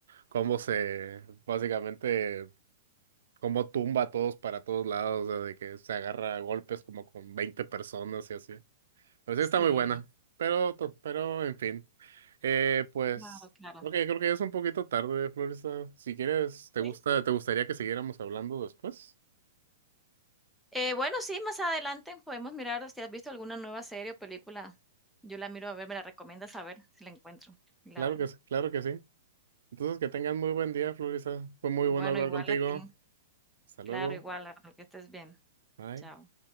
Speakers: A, on the right (about 75°); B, in the centre.
A: cómo se, básicamente, cómo tumba a todos para todos lados, o sea, de que se agarra a golpes como con 20 personas y así. Pero sí
B: Sí,
A: está muy buena. Pero, to- pero en fin. Eh, pues,
B: claro, claro.
A: ok, creo que ya es un poquito tarde, Florista. Si quieres, te gusta,
B: Sí,
A: te gustaría que siguiéramos hablando después.
B: Eh, bueno, sí, más adelante podemos mirar si has visto alguna nueva serie o película. Yo la miro a ver, me la recomiendas a ver si la encuentro y la
A: Claro
B: veo.
A: que sí, claro que sí. Entonces, que tengan muy buen día, Florista. Fue muy
B: Bueno,
A: bueno hablar
B: igual
A: contigo.
B: a ti.
A: Hasta luego.
B: Claro, igual, Arnold, que estés bien.
A: Bye.
B: Chao.